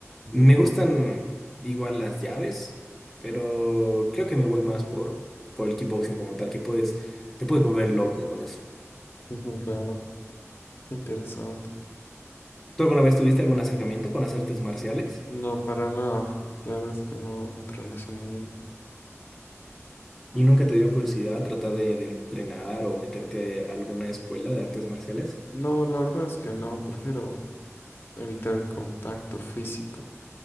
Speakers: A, on the left; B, in the centre.
A: Ujú.
B: Me gustan igual las llaves, pero creo que me voy más por, por el kickboxing como tal, que puedes, te puedes volver loco con eso.
A: Ujú, Claro, interesante.
B: ¿Tú alguna vez tuviste algún acercamiento con las artes marciales?
A: No, para nada. La verdad es que no entro en ese mundo.
B: ¿Y nunca te dio curiosidad tratar de, de entrenar o meterte a alguna escuela de artes marciales?
A: No, la verdad es que no, prefiero evitar el contacto físico.